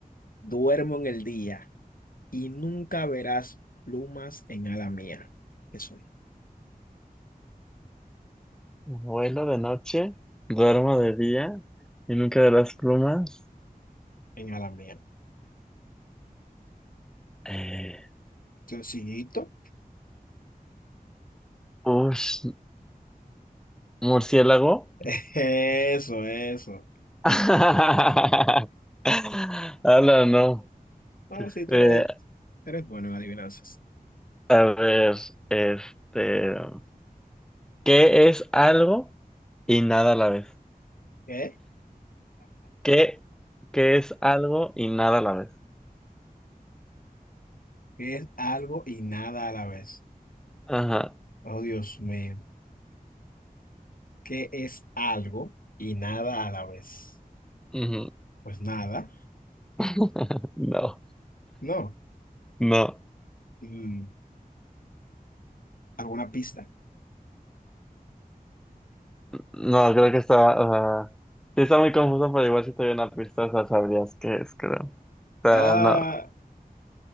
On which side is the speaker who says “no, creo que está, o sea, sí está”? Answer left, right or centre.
Centre